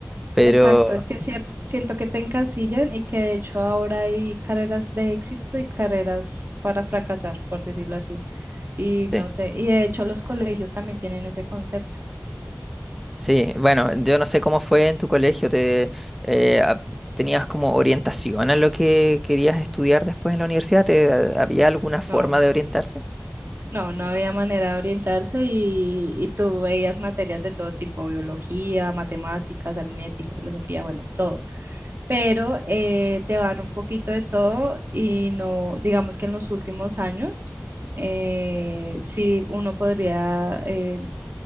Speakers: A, in the centre; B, on the right.
A: Pero.
B: Exacto, es que cier- siento que te encasillan y que de hecho ahora hay carreras de éxito y carreras para fracasar, por decirlo así. Y
A: sí.
B: no sé, y de hecho los colegios también tienen ese concepto.
A: Sí, bueno, yo no sé cómo fue en tu colegio, te, eh, ap- ¿tenías como orientación a lo que querías estudiar después en la universidad? ¿Te, había alguna forma
B: No,
A: de orientarse?
B: no, no había manera de orientarse y, y tú veías materias de todo tipo, biología, matemáticas, aritmética, filosofía, bueno, todo. pero eh, te van un poquito de todo y no, digamos que en los últimos años, eh, sí uno podría, eh,